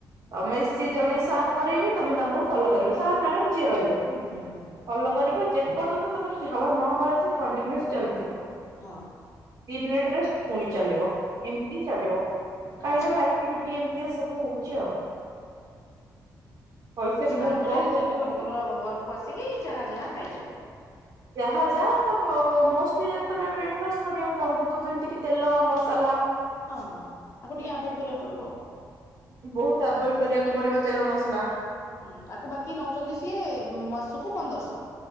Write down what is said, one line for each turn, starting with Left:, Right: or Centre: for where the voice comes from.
Right: ତମେ ସିଏ ଜଣେ ସାର୍ କରରେଇବେ ତମେ ତାଙ୍କୁ ଫଲୋ କରିବ ସାର୍ ମ୍ୟାଡାମ ଯିଏ ରହିଲେ।
Left: ହୁଁ ହୁଁ ହୁଁ।
Right: ଭଲ କରିବ ଯେପର୍ଯ୍ୟନ୍ତ ତମର ଝାଳ ନ ବାହାରିଛି କଣ୍ଟିନ୍ୟୁସ୍ ଚାଲିଥିବ।
Left: ହଁ।
Right: ଦି ମିନିଟ୍ ରେସ ପୁଣି ଚାଲିବ। ଏମିତି ଚାଲିବ
Left: ହଁ
Right: କାହିଁକିନା ଫ୍ୟାକ୍ଟି ଏମିତିଆ ସବୁ ହଉଛି ଆଉ। ପଇସା ବି
Left: ତାପରେ
Right: ବହୁତ କମ
Left: ସେ
Right: ରଖୁଛନ୍ତି
Left: ତମେ ତମର ଘରକୁ ଆସି ଆସିକି ଯାହା ଯାହା ଖାଇପାରିବ।
Right: ଯାହା ଯାହା ତ ମ ମଷ୍ଟଲି ଯଦି ତମେ ୱେଟ ଲସ୍ କରିବାକୁ ଚାହୁଁଛ ତ ଯେମିତି କି ତେଲ ମସାଲା।
Left: ହଁ ତାକୁ ଟିକେ ଆଭଏଡ଼୍ କରିବାକୁ ପଡ଼ିବ ଆଉ।
Right: ବହୁତ ଆଭଏଡ କରିବାକୁ ପଡିବ ତେଲ ମସଲା।
Left: ହୁଁ ଆକୁ ବାକି ନଉଚନ୍ତି ସିଏ ମାସକୁ ପନ୍ଦରଶହ,